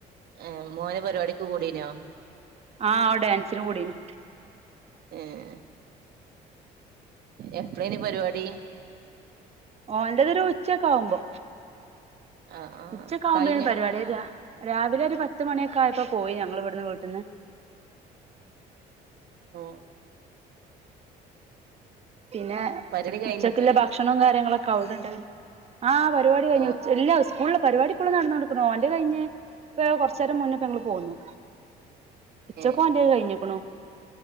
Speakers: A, on the right (about 65°); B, on the right (about 40°).
A: ഏ മോന് പരിപാടിക്ക് കൂടീനോ
B: ആ ഓന് ഡാൻസിന് കൂടീനു
A: ഏഹ് എപ്പളേനു പരിപാടി
B: ഓന്റെ ഒരു ഉച്ചക്ക ആകുമ്പോ
A: ആഹ് ആഹ്
B: ഉച്ചക്ക ആകുമ്പോന്
A: കഴിഞ്ഞോ
B: പരിപാടി വരാ രാവിലെ ഒരു പത്ത് മണിയൊക്കെ ആയപ്പോ പോയി ഞങ്ങൾ ഇവിടുന്ന് വീട്ട് ന്ന്
A: ഉം
B: പിന്നെ
A: പരിപാടി കഴിഞ്ഞിട്ട്
B: ഉച്ചക്കിള്ള ഭക്ഷണവും കാര്യങ്ങളൊക്കെ അവിടെണ്ടായീനി ആ പരിപാടി കഴിഞ്ഞ്ഉച്ച
A: ഓ
B: ഇല്ലാ സ്കൂ പരിപാടിപ്പളും നടന്നോണ്ട്ക്ക്ണ് ഓന്റെ കഴിഞ്ഞ് ഇപ്പ കുറച്ചേരം മുന്നെപ്പ ഞങ്ങൾ പോന്നു ഉച്ചക്കൊന്റെ
A: ഏഹ്
B: കഴിഞ്ഞ്ക്ക്ണു